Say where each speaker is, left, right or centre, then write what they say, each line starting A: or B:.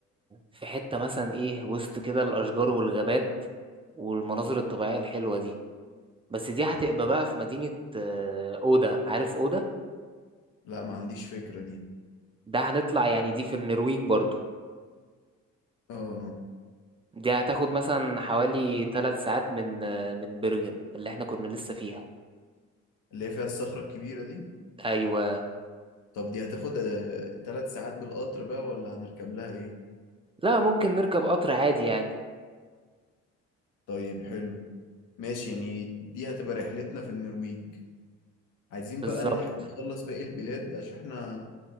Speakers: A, on the right; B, on the left.
A: في حتة مثلا ايه وسط كده الاشجار والغابات والمناظر الطبيعية الحلوة دي بس دي هتبقى بقى في مدينة آه، أودا عارف أودا
B: لا ما عنديش فكرة دي
A: ده هنطلع يعني دي في النرويج برضو
B: آه آه.
A: دي هتاخد مثلا حوالي ثلاث ساعات من آه، من برغن اللي احنا كنا لسه فيها
B: اللي هي فيها الصخرة الكبيرة دي
A: ايوه
B: طب دي هتاخد آه، تلات ساعات بالقطر بقى ولا هنركب لها ايه
A: لا ممكن نركب قطر عادي يعني
B: طيب حلو ماشي يعني دي هتبقى رحلتنا في النرويج عايزين
A: بالظبط
B: بقى نلحق نخلص باقي البلاد عشان احنا